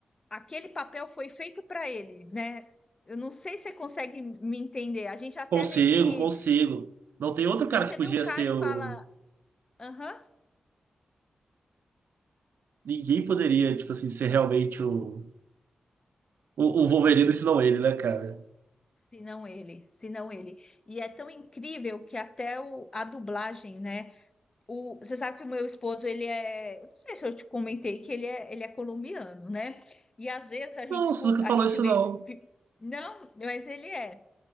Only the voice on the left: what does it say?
aquele papel foi feito para ele, né? Eu não sei se você consegue me entender. A gente até
meio que
você
vê o cara
e
fala, aham,
se não ele, se não ele. E é tão incrível que até o, a dublagem, né? O, você sabe que o meu esposo, ele é, eu não sei se eu te comentei que ele é, ele é colombiano, né? E às vezes a gente
escuta,
a gente
vê,
fi- não, mas ele é.